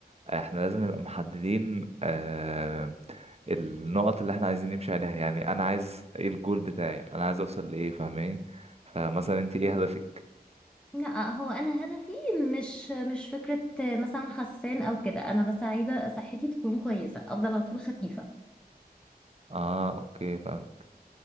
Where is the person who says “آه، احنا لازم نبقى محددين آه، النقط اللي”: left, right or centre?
Right